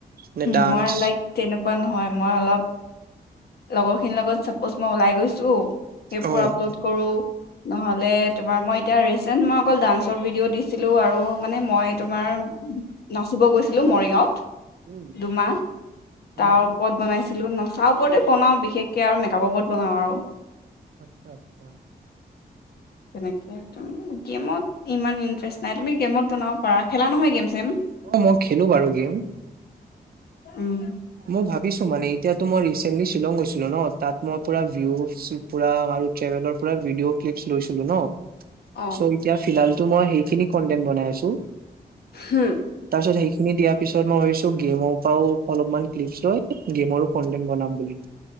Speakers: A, on the right; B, on the left.
A: নে ডান্স
B: মই লাইক তেনেকুৱা নহয় মই অলপ লগৰ খিনিৰ লগত চাপচ মই ওলাই গৈছো সেইবোৰ
A: অ'
B: আপলোড কৰো নহ'লে তোমাৰ মই এতিয়া ৰিচেণ্ট মই অকল ডান্সৰ ভিডিঅ' দিছিলোঁ আৰু মানে মই তোমাৰ নাচিব গৈছিলোঁ মৰিগাঁৱত
A: উম,
B: দুমাহ
A: অ'
B: তাৰ ওপৰত বনাইছো বনাইছিলো নচা ওপৰতেই বনাওঁ বিশেষকৈ আৰু মেকআপৰ ওপৰত বনাওঁ আৰু
A: আচ্ছা আচ্ছা
B: তেনেকে গেমত ইমান ইণ্টাৰেষ্ট নাই তুমি গেমত বনাও পাৰা খেলা নহয় গেম চেম
A: অ মই খেলো বাৰু গেম
B: উম
A: মই ভাবিছো মানে এতিয়াতো মই ৰিচেন্টলি শ্বিলং গৈছিলো ন তাত মই পুৰা ভিউজ পুৰা ট্টেনৰ পৰা ভিডিঅ' কিলপ ঘূৰিছিলো ন
B: অ
A: চ' এতিয়া ফিলহাল মই সেইখিনি কন্টেন বনাই আছো
B: উম
A: পিছত সেইখিনি দিয়াৰ পিছত মই ভাবিছো গেমৰ পৰাও অলপমান ক্লিপ লৈ গেমৰো কন্টেন্ট বনাম বুলি